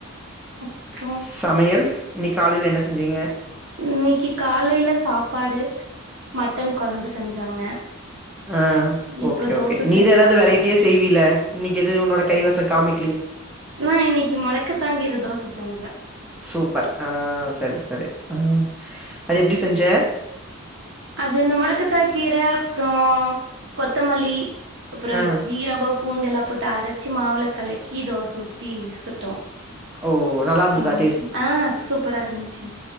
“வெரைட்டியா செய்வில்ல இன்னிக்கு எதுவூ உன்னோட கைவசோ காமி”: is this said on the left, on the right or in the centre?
Centre